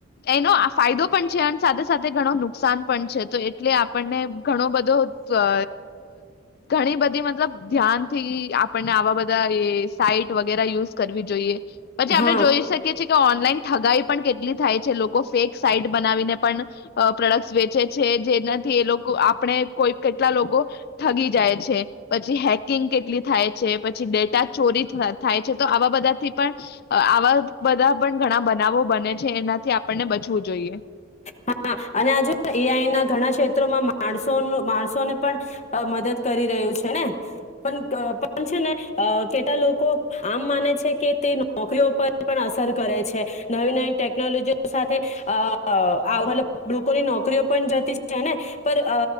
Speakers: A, on the left; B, on the left.
A: એનો આ ફાયદો પણ છે અને સાથે સાથે ઘણો નુક સાન પણ છે તો એટલે આપણને ઘણો બધો અ ઘણી બધી મતલબ ધ્યાનથી આપણને આવા બધા એ સાઈટ વગેરા યુસ કરવી જોઈએ પછી આપણે
B: હા
A: જોઈ શકીએ છીએ કે ઓનલાઈન ઠગાઈ પણ કેટલી થાય છે લોકો ફેક સાઈટ બનાવીને પણ અ પ્રોડક્ટસ વેચે છે જેનાથી એ લોકો આપણે કોઈ કેટલા લોકો ઠગી જાય છે પછી હેકિંગ કેટલી થાય છે પછી ડેટા ચોરી થા થાય છે તો આવા બધાથી પણ આવા બધા પણ ઘણા બનાવો બને છે એનાથી આપ આપણને બચવું જોઈએ
B: હા અને આ જે એ આઈ ના ઘણા છે તો આમાં માણસોનું માણસોને પણ અ મદદ કરી રહ્યું છે ને પન અ પન છે ને અ કેટલા લોકો આમ માને છે કે તે નોકરીઓ પર પણ અસર કરે છે નવી નવી ટેકનોલોજીઓ સાથે અ અ આવું મતલબ લોકોની નોકરીઓ પણ જતી છે ને પણ અ